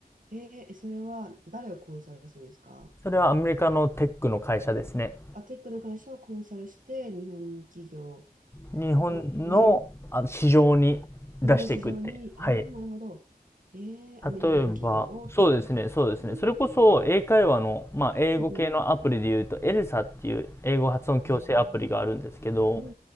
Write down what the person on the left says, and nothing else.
それはアメリカのテックの会社ですね。
日本のあ市場に出していくって。
はい。
例えば、そうですね、そうですね。
それこそ英会話の、まあ、英語系のアプリで言うと、
エルサっていう英語発音矯正アプリがあるんですけど、